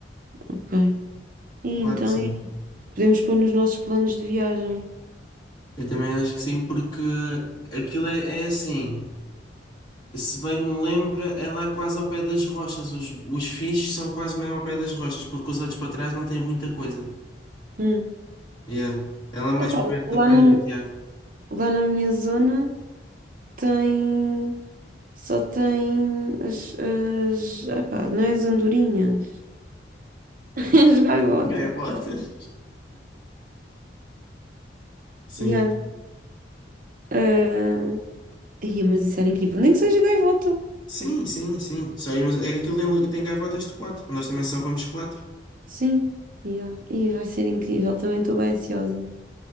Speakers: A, on the right (about 50°); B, on the left (about 25°).
A: Ok. E então,
B: Claro que sim.
A: e podemos pôr nos nossos planos de viagem.
B: Eu também acho que sim, porque aquilo é, é assim. Se bem me lembro, é lá quase ao pé das rochas. Os, os fixes são quase mesmo ao pé das rochas, porque os outros para trás não têm muita coisa.
A: Hum.
B: Yeah. É lá mais
A: Epá,
B: para perto
A: lá
B: da praia
A: na,
B: do Tiago.
A: lá na minha zona tem. Só tem as, as, epá, não é as andorinhas, <laughs> as gaivotas.
B: <laughs> Gaiotas. Sim.
A: Yeah. Ah, ia, mas isso era incrível. Nem que seja gaivota.
B: Sim, sim, sim. Só irmos... É que aquilo tem, tem gaivotas de quatro. Nós também só vamos quatro.
A: Sim, yeah. E vai ser incrível, também estou bem ansiosa.